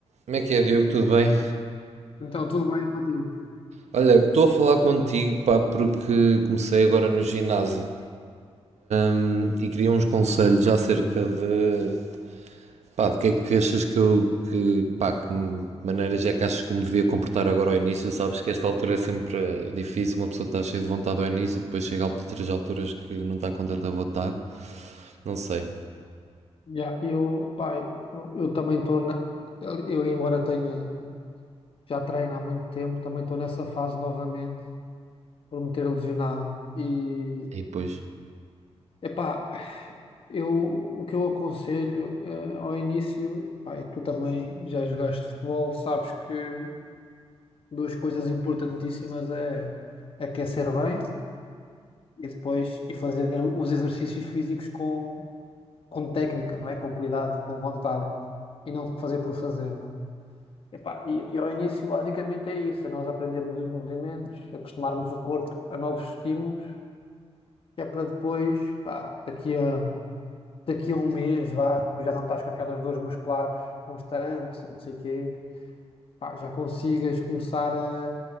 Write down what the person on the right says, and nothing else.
Como é que é, Diogo? Tudo bem?
Olha, estou a falar contigo, pá, porque comecei agora no ginásio, hum, e queria uns conselhos acerca de, pá, de que é que achas que eu, que, pá, que maneiras é que achas que eu me devia comportar agora ao início? Sabes que esta altura é sempre eh, difícil, uma pessoa está cheia de vontade ao início e depois chega a outras alturas que não está com tanta vontade, não sei.
E depois...